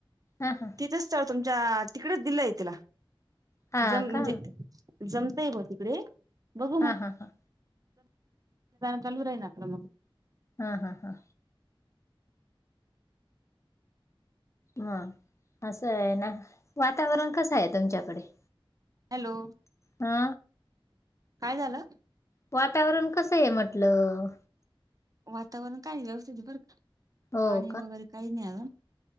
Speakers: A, on the left; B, on the right.
A: हा हा.
B: तिथ स्थळ तुमच्या तिकडेच दिलंय तिला
A: हा
B: जम म्हणजे.
A: का
B: जमताय म तिकडे बघू मग..
A: हा हा हा
B: चालू राही ना आपलं मग.
A: हा हा हा. ह असं आहे ना वातावरण कसं आहे तुमच्याकडे..
B: हॅलो
A: हा
B: काय झालं.
A: वातावरण कसं आहे म्हटलं.
B: वातावरण काय व्यवस्थितित बर
A: हो
B: पाणी वगैरे काही नाही आ.